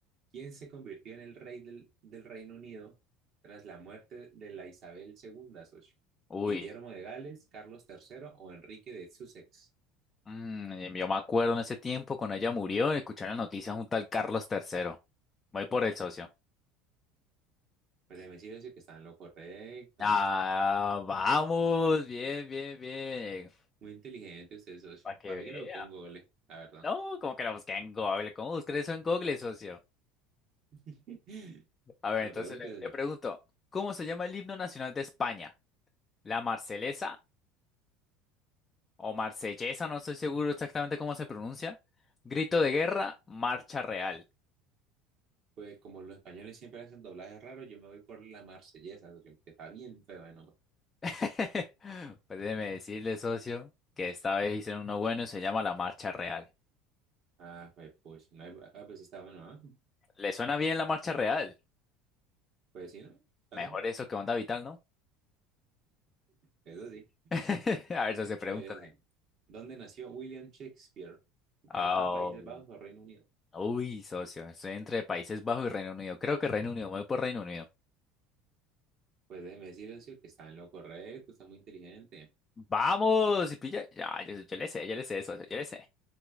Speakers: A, on the right (about 45°); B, on the left (about 20°).
A: ¿Quién se convirtió en el rey del, del Reino Unido tras la muerte de la Isabel II, socio?
B: Uy,
A: ¿Guillermo de Gales, Carlos III o Enrique de Sussex?
B: mm, yo me acuerdo en ese tiempo cuando ella murió, escuché la noticia junto al Carlos Tercero. Voy por el socio.
A: Pues déjeme decir, socio, que está en lo correcto.
B: Ah, vamos, bien, bien, bien.
A: Muy inteligente usted, socio.
B: Para que
A: Para
B: vea.
A: mí que lo buscó en Google, la verdad.
B: No, como que la busqué en Google. ¿Cómo busqué eso en Google, socio?
A: <laughs> Me
B: A ver, entonces
A: lo pregunto
B: le,
A: y
B: le pregunto, ¿cómo se llama el himno nacional de España? ¿La Marcelesa? o marsellesa, no estoy seguro exactamente cómo se pronuncia. Grito de guerra, marcha real.
A: pues como los españoles siempre hacen doblajes raros, yo me voy por la marsellesa, socio, que está bien feo de nombre.
B: <laughs> Pues déjeme decirle, socio, que esta vez hicieron uno bueno y se llama la marcha real.
A: Ah, pues, pues, no hay- ah, pues sí está bueno, ¿ah?
B: ¿Le suena bien la marcha real?
A: Pues sí, ¿no? Está
B: Mejor
A: bien,
B: eso que onda vital, ¿no?
A: eso sí.
B: <laughs> A ver, socio, pregúntame.
A: Bueno, mire, socio, ¿Dónde nació William Shakespeare? ¿En Canadá,
B: Oh,
A: Países Bajos o Reino Unido?
B: uy, socio, estoy entre Países Bajos y Reino Unido. Creo que Reino Unido, me voy por Reino Unido.
A: Pues déjeme decir, socio, que está en lo correcto, está muy inteligente.
B: Vamos, y pilla. Ya, yo, yo le sé, yo le sé, socio, yo le sé.